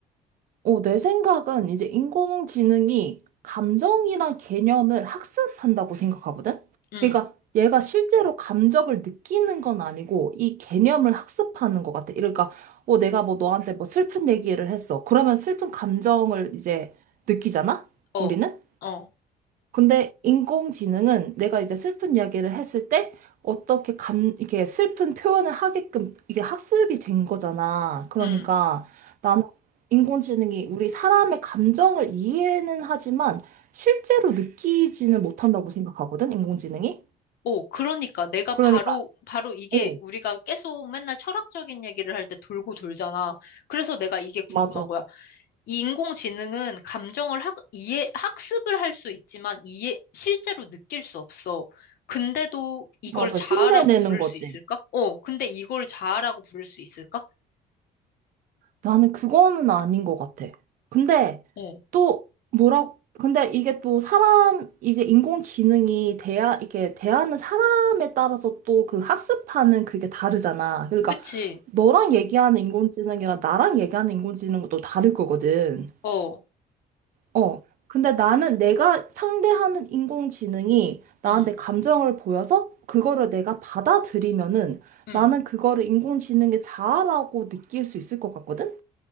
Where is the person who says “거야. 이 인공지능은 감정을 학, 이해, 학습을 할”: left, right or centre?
Left